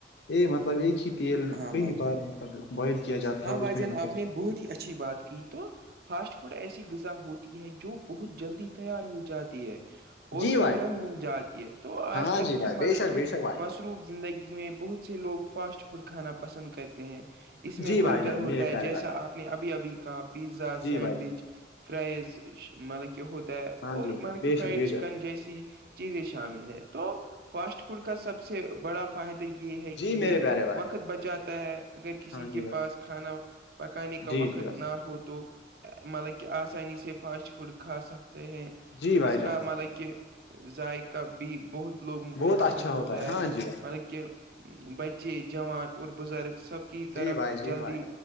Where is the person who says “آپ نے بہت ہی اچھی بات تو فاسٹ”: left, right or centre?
Right